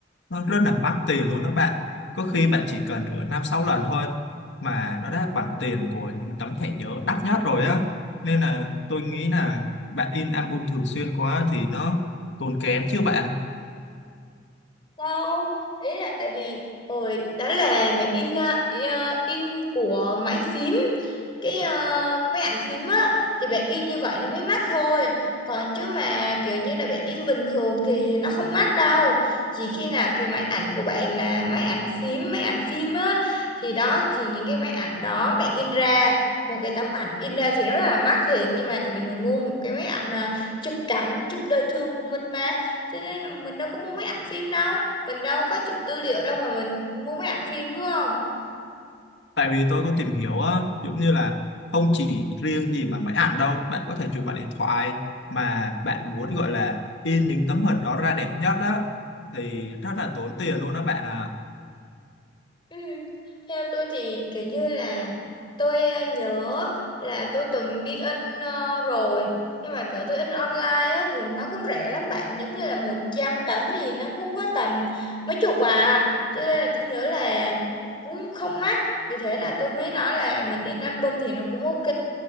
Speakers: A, on the left; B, on the left.
A: nó rất là mắc tiền luôn đó bạn có khi bạn chỉ cần rửa năm sáu lần thôi mà nó đã bằng tiền của những tấm thẻ nhớ đắt nhất rồi á nên là tôi nghĩ là bạn in album thường xuyên quá thì nó tốn kém chứ bạn
B: Đâu, ý là tại vì hồi đó là mẹ in ờ, ờ, in của máy phím cái ờ, máy ảnh phím á thì bạn in như vậy nó mới mắc thôi còn chứ mà kiểu như là bạn in bình thường thì nó không mắc đâu chỉ khi nào cái máy ảnh của bạn là máy ảnh phím máy ảnh phim á thì đó thì những cái máy ảnh đó bạn in ra một cái tấm ảnh in ra thì nó rất là mắc thiệt nhưng mà tại vì mình mua một cái máy ảnh ờ, chụp cảnh chụp đời thường của mình mà cho nên là mình đâu có mua máy ảnh phim đâu mình đâu có chụp tư liệu đâu mà mình mua máy ảnh phim đúng không?
A: tại vì tôi có tìm hiểu á giống như là không chỉ riêng gì mà máy ảnh đâu bạn có thể chụp bằng điện thoại mà bạn muốn gọi là in những tấm hình đó ra đẹp nhất á thì rất là tốn tiền luôn đó bạn ạ
B: Ừ. Theo tôi thì kiểu như là tôi ờ, nhớ là tôi từng đi in ờ, rồi nhưng mà kiểu tôi in online á thì nó cũng rẻ lắm bạn giống như là 100 tấm thì nó cũng có tầm mấy chục à cho nên là tôi nhớ là cũng không mắc vì thế là tôi mới nói là mình in album thì nó cũng ok